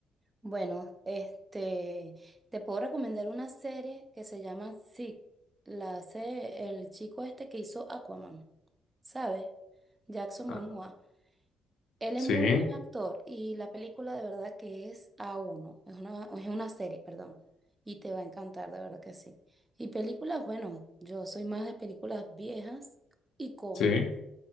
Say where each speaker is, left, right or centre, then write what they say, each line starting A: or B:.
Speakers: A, on the right (about 20°); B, on the left (about 70°).
A: Bueno, este, te puedo recomendar una serie que se llama Zig. La hace el chico este que hizo Aquaman, ¿sabes? Jackson
B: Ah,
A: Momoa. Él
B: Sí,
A: es muy buen actor y la película de verdad que es a uno. Es una, es una serie, perdón. Y te va a encantar, de verdad que sí. Y películas, bueno, yo soy más de películas viejas y cómic.
B: sí.